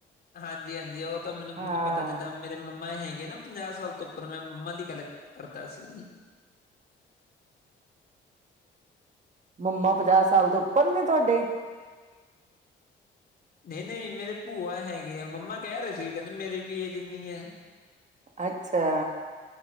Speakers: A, on the left (about 50°); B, on the right (about 35°).
A: ਹਾਂਜੀ-ਹਾਂਜੀ ਉਹ ਤਾਂ ਮੈਨੂੰ
B: ਹਾਂ
A: ਮੈਨੂੰ ਪਤਾ ਜਿਦਾ ਮੇਰੇ ਮੰਮਾ ਹੈਗੇ ਨਾ ਪੰਜਾਹ ਸਾਲ ਤੋ ਉਪਰ ਮੈ ਮੰਮਾ ਦੀ ਗੱਲ ਕਰਦਾ ਸੀ।
B: ਮੰਮਾ ਪੰਜਾਹ ਸਾਲ ਤੋ ਉਪਰ ਨੇ ਤੁਹਾਡੇ?
A: ਨਈ-ਨਈ ਮੇਰੇ ਭੂਆ ਹੈਗੇ ਆ ਮੰਮਾ ਕਹਿ ਰਹੇ ਸੀ ਕਹਿਦੇ ਮੇਰੀ ਵੀ ਏਜ ਇਨੀ ਐ।
B: ਅੱਛਾ